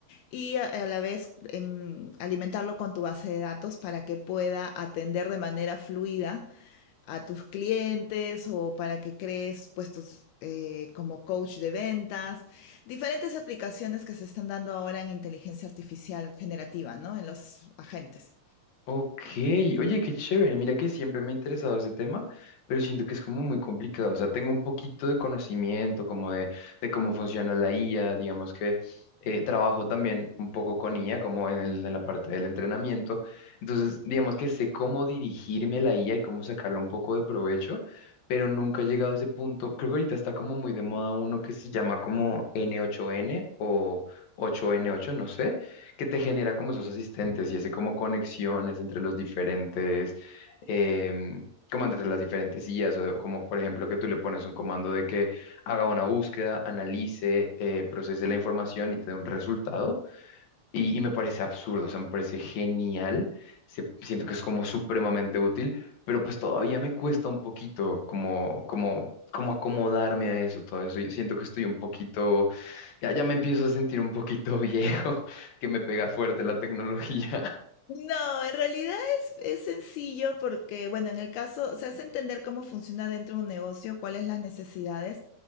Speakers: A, on the left (about 75°); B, on the left (about 60°).
A: y a, a la vez em, alimentarlo con tu base de datos para que pueda atender de manera fluida a tus clientes o para que crees puestos eh, como coach de ventas, diferentes aplicaciones que se están dando ahora en inteligencia artificial generativa, ¿no? En los agentes.
B: Ok, oye, qué chévere. Mira que siempre me ha interesado ese tema, pero siento que es como muy complicado. O sea, tengo un poquito de conocimiento como de, de cómo funciona la IA, digamos que eh, trabajo también un poco con IA, como en el- en la parte del entrenamiento. Entonces, digamos que sé cómo dirigirme a la IA y cómo sacarle un poco de provecho, pero nunca he llegado a ese punto. Creo que ahorita está como muy de moda uno que se llama como N8N o 8N8, no sé que te genera como esos asistentes y hace como conexiones entre los diferentes, em, como entre las diferentes IAs, o, o como por ejemplo que tú le pones un comando de que haga una búsqueda, analice, eh, procese la información y te dé un resultado. Y, y me parece absurdo, o sea, me parece genial, se- siento que es como supremamente útil, pero pues todavía me cuesta un poquito como, como, como acomodarme a eso, todo eso. y siento que estoy un poquito, ya, ya me empiezo a sentir un poquito <laughs> viejo, que me pega fuerte la tecnología. <laughs>
A: No, en realidad es, es sencillo porque, bueno, en el caso, se hace entender cómo funciona dentro de un negocio, cuáles las necesidades